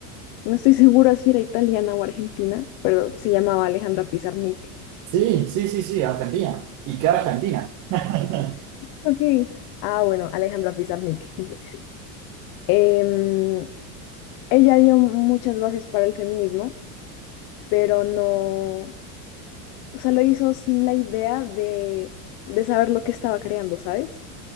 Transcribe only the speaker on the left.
No estoy segura si era italiana o argentina, pero se llamaba Alejandra Pizarnik.
Ok. Ah, bueno, Alejandra Pizarnik. <laughs> Em, ella dio muchas bases para el feminismo, pero no, o sea, lo hizo sin la idea de, de saber lo que estaba creando, ¿sabes?